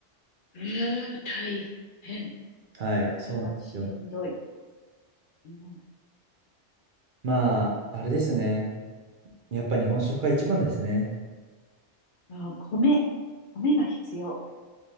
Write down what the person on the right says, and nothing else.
はい、そうなんですよ。
まあ、あれですね、やっぱ日本食が一番ですね。